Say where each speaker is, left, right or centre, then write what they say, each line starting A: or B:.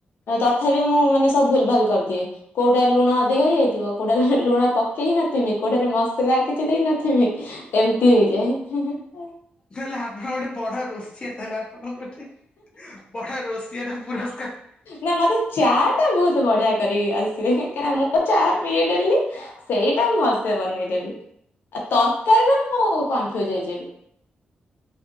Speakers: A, on the left; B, on the left.
A: ତଥାପି ମୁଁ ମାନେ ସବୁ ଭୁଲ ଭାଲ କରିଦିଏ। କୋଉଟାରେ ଲୁଣ ଅଧିକା ହେଇଯାଇଥିବ। କୋଉଟାରେ ଲୁଣ ପକେଇ ନଥିବି କୋଉଠାରେ ମସଲା କିଛି ଦେଇ ନଥିବି? ଏମିତି ହେଇଯାଏ।
B: ନହେଲେ ଆପଣ ଗୋଟେ ବଡ ରୋଷିଆ ତାହେଲେ ଆପଣଙ୍କ ଗୋଟେ ବଡ ରୋଷିଆର ପୁରା
A: ନା ମତେ ଚା ଟା ବହୁତ ବଢିଆ କରିକି ଆସେ କାହିଁକିନା ମୁଚା ପିଏଡେଲି। ସେଇଟା ମୁଁ ଭଲସେ ବନେଇଦେବି। ତରକାରୀରେ ମୁଁ କନଫ୍ୟୁଜ ହେଇଯିବି।